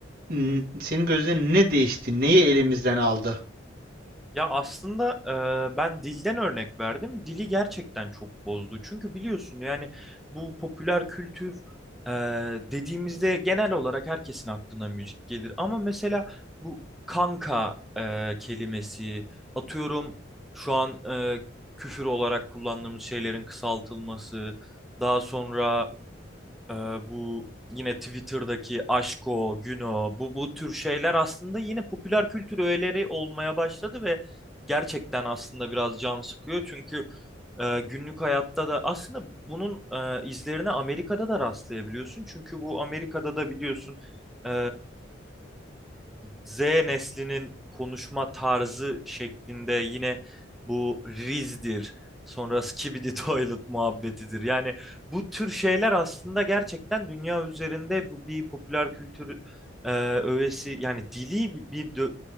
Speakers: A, on the right; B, in the centre.
A: N- Senin gözlerin ne değişti? Neyi elimizden aldı?
B: Ya aslında e, ben dilden örnek verdim. Dili gerçekten çok bozdu. Çünkü biliyorsun yani bu popüler kültür e, dediğimizde genel olarak herkesin aklına müzik gelir. Ama mesela bu kanka e, kelimesi atıyorum şu an e, küfür olarak kullandığımız şeylerin kısaltılması. Daha sonra ee, bu yine Twitter'daki Aşko, Güno bu bu tür şeyler aslında yine popüler kültür öğeleri olmaya başladı ve gerçekten aslında biraz can sıkıyor. Çünkü e, günlük hayatta da aslında bunun e, izlerine Amerika'da da rastlayabiliyorsun. Çünkü bu Amerika'da da biliyorsun e, Z neslinin konuşma tarzı şeklinde yine bu Riz'dir, sonra Skibidi <laughs> Toilet muhabbetidir. Yani bu tür şeyler aslında gerçekten dünya üzerinde bu bir popüler kültür e, öğesi yani dili bir, bir dö-